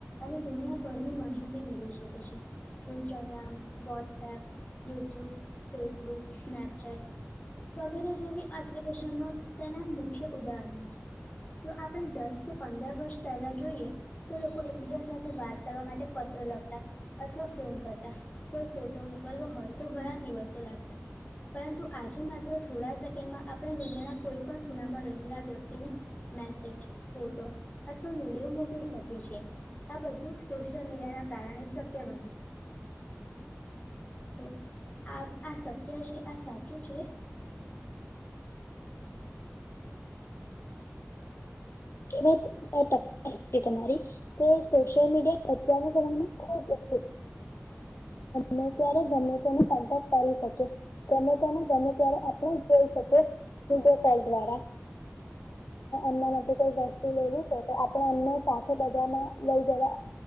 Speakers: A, on the left; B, on the left.
A: અને દુનિયાભરની માહિતી મેળવી શકે છે. Instagram, WhatsApp, YouTube, Facebook, Snapchat. વગેરે જેવી એપ્લિકેશનો તેના મુખ્ય ઉદાહરણો છે. જો આપણે દસ કે, પંદર વર્ષ પહેલાં જોઈએ. તો લોકો એકબીજા સાથે વાત કરવા માટે, પત્ર લખતા. અથવા ફોન કરતા કોઈ ફોટો મોકલવો હોય તો, ઘણા દિવસો લાગતા. પરંતુ આજે માત્ર થોડા સેકન્ડમાં, આપણે દુનિયાના કોઈ પણ ખૂણામાં રહેલા વ્યક્તિને મેસેજ ફોટો અથવા વિડીયો મોકલી શકે છે. આ બધું સોશિયલ મીડિયા ના કારણે શક્ય બન્યું. તો આ આ શક્ય છે, આ સાચું છે.
B: એ સો ટકા તમારી. કે સોશિલ મીડિયા અચાનકને ખ ઉપર. ન ત્યારે ગમે, તેને કન્ટેક્ટ કરી શકે. ગમે તમે ગમે ત્યારે આપણે જોઈ શકો. હ, કોલ દ્વારા મના. કોઈ વસ્તુ લેવી છે તો આપણેે અમને સાથે બધામાં લઈ જવા